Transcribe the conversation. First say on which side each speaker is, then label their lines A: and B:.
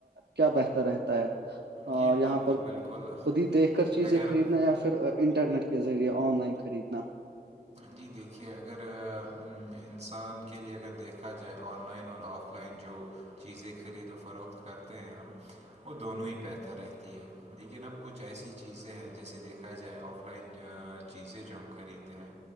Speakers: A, on the right; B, on the right.
A: کیا بہتر ہے
B: جی
A: یہاں
B: بالکل
A: پر
B: بالکل
A: خود ہی دیکھ کر چیزیں
B: اگر
A: خریدنا یا پھر انٹرنیٹ کے ذریعے آن لائن خریدنا
B: جی دیکھیے اگر انسان کے لیے اگر دیکھا جائے آن لائن اور آف آف لائن جو چیزیں خرید و فروخت کرتے ہیں ہم وہ دونوں ہی بہتر رہتی ہے لیکن اب کچھ ایسی چیزیں ہیں جیسے دیکھا جائے آف آ لائن چیزیں جو ہم خریدتے ہیں